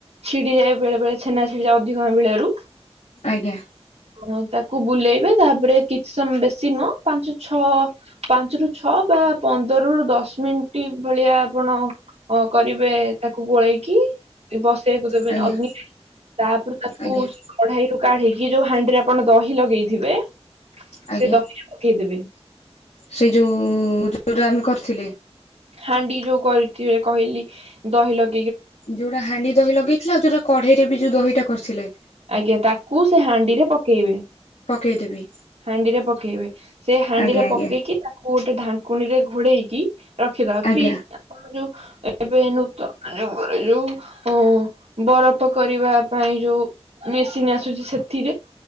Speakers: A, on the right; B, on the left.
A: ଛିଡିଯାଏ ବେଳେ ବେଳେ ଚ୍ଛେନା ଛିଡିଯାଏ ଅଧିକା ଆମ୍ବିଳାରୁ।
B: ଆଜ୍ଞା।
A: ଅ ତାକୁ ବୁଲେଇବେ ତାପରେ କିଛି ସମୟ ବେଶୀ ନୁହଁ ପାଞ୍ଚ ଛଅ ପାଞ୍ଚ ରୁ ଛଅ ବା ପନ୍ଦରରୁୁ ଦଶ ମିନିଟ୍ ଭଳିଆ ଆପଣ ଅ କରିବେ ତାକୁ ଗୋଳେଇକି ବଶ୍ ସେଆକୁ ଦେବେନି
B: ଆଜ୍ଞା
A: ଅଗ୍ନିରେ ତାପରେ ତାକୁ
B: ଆଜ୍ଞା
A: କଢେଇରୁୁ କାଢିକି ଯୋଉ ହାଣ୍ଡିରେ ଆପଣ ଦହି ଲଗେଇଥିବେ।
B: ଆଜ୍ଞା।
A: ସେ ଦହିରେ ପକେଇଦେବେ
B: ସେଇଯୋଉ ଯୋଉଟା ଆମେ କରିଥିଲେ।
A: ହାଣ୍ଡି ଯୋଉ କରିଥିବେ କହିଲି ଦହି ଲଗେ
B: ଯୋଉଟା ହାଣ୍ଡି ଦହି ଲଗେଇଥିଲ। ଆଉ ଯୋଉଟା କଢେଇରେ ବି ଯୋଉ ଦହିଟା କରିଥିଲେ।
A: ଆଜ୍ଞା ତାକୁ ସେ ହାଣ୍ଡିରେ ପକେଇବେ।
B: ପକେଇଦେବି
A: ହାଣ୍ଡିରେ ପକେଇବେ ସେ ହାଣ୍ଡିରେ
B: ଆଜ୍ଞା ଆଜ୍ଞା
A: ପକେଇକି ତାକୁ ଗୋଟେ ଢାଙ୍କୁଣୀ ରେ ଘୋଡେଇକି ରଖିଦବା।
B: ଆଜ୍ଞା
A: ଫ୍ରିଜ ଆପଣ ଯୋଉ ଏ ନୂତନ ଯୁଗରେ ଯୋଉ ଅ ବରଫ କରିବା ପାଇଁ ଯୋଉ ମେସିନ୍ ଆସୁଛି ସେଥିରେ